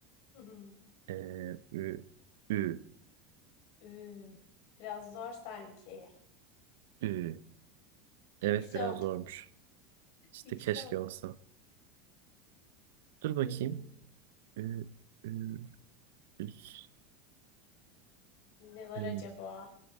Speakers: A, on the left (about 65°); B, on the right (about 80°).
A: Hı hı.
B: eee, ü, ü,
A: Ü. Biraz zor sanki.
B: ü. Evet
A: Yükselt.
B: biraz zormuş. İşte
A: Yükselt.
B: keşke olsa. Dur bakayım.
A: Ee,
B: Ü, ü, üs,
A: ne var
B: üm,
A: acaba?